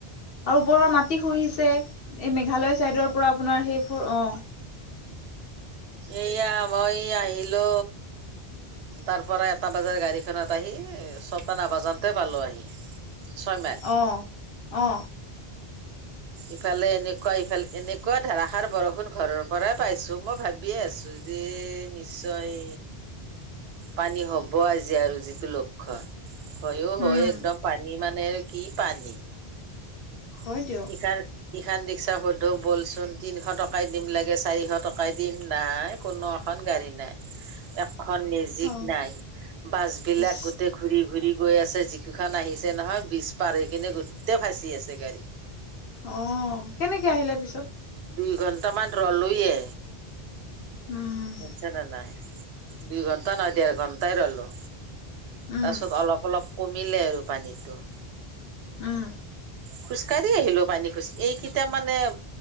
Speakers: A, on the left (about 65°); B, on the right (about 80°).
A: আৰু ওপৰৰ মাটি খহিছে। এই মেঘালয় চাইডৰ পৰা আপোনাৰ সেই ফোৰ অ'।
B: এয়া <unintelligible> আহিলো। তাৰ পৰা এটা বজাৰ গাড়ীখনত আহি ছটা নাবাজতে পালোঁ আহি। ছয় মাইল।
A: অ', অ'।
B: ইফালে, এনেকুৱা ইফালে এনেকুৱা ধাৰাসাৰ বৰষুণ ঘৰৰ পৰাই পাইছোঁ, মই ভাবিয়ে আছোঁ। যে, নিশ্চয় পানী হ'ব আজি, আৰু যিটো লক্ষণ। হয়ও
A: উম
B: হয়, একদম পানী মানে কি পানী।
A: হয়
B: <unintelligible>
A: দিয়ক
B: ইখন ৰিক্সা সোধো, ব'লচোন তিনিশ টকাই দিম, লাগে চাৰিশ টকাই দিম, নাই কোনো গাড়ী নাই। এখন মেজিক
A: অ
B: নাই, বাছ বিলাক
A: ইচ
B: গোটেই ঘূৰি- ঘূৰি গৈ আছে। যিকইখন আহিছে নহয়, বীজ পাৰ কিনে গোটেই ফচি আছে গাড়ী।
A: অ', কেনেকে আহিলে পিছত?
B: দুই ঘন্টামান ৰলোয়ে,
A: উম
B: শুছেনে নাই? দুই ঘন্টা নহয় দেৰ ঘন্টাই ৰ'লো,
A: উম
B: তাৰ পিছত অলপ-অলপ কমিলে আৰু পানীটো।
A: উম।
B: খোজকাঢ়ি আহিলো পানী খোজ এইকেইটা মানে